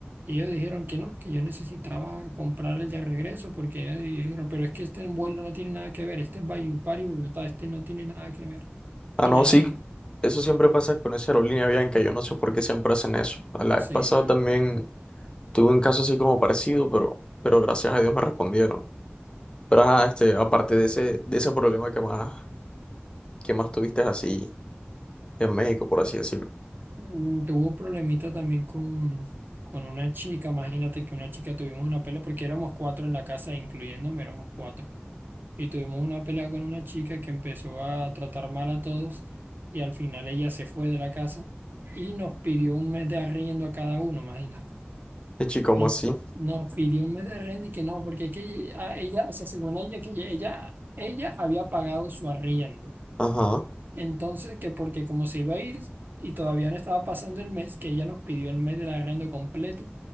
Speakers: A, on the right (about 55°); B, on the left (about 25°).
A: Y ellos dijeron que no, que yo necesitaba comprar el de regreso porque ellos dijeron, pero es que este vuelo no tiene nada que ver, este es Valledupar y Bogotá, este no tiene nada que ver.
B: Ah,
A: Y
B: no,
A: nada,
B: sí,
A: no,
B: eso siempre pasa con esa aerolínea Bianca. Yo no sé por qué siempre hacen eso. A La vez
A: sí.
B: pasada también tuve un caso así como parecido, pero, pero gracias a Dios me respondieron. Pero ajá, este, aparte de ese, de ese problema que más, que más tuviste así en México, por así decirlo.
A: Mm, Tuvo un problemita también con, con una chica, imagínate que una chica tuvimos una pelea, porque éramos cuatro en la casa, incluyéndome, éramos cuatro. Y tuvimos una pelea con una chica que empezó a tratar mal a todos y al final ella se fue de la casa y nos pidió un mes de arriendo a cada uno, imagínate.
B: Y chico, ¿cómo
A: Nos,
B: así?
A: nos pidió un mes de arriendo y que no, porque es que ella, ah, ella, o sea, según ella, que ella, ella ella había pagado su arriendo
B: Ajá.
A: entonces, que porque como se iba a ir y todavía no estaba pasando el mes, que ella nos pidió el mes del arrendo completo.